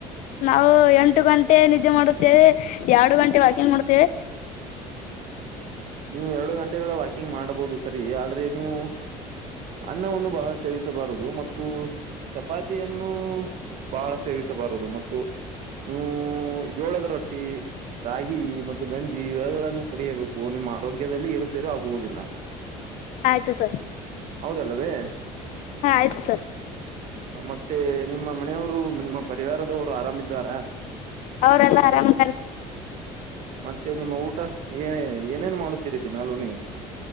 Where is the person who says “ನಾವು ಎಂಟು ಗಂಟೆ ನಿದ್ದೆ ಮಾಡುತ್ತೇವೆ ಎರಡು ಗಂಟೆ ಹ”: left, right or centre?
Left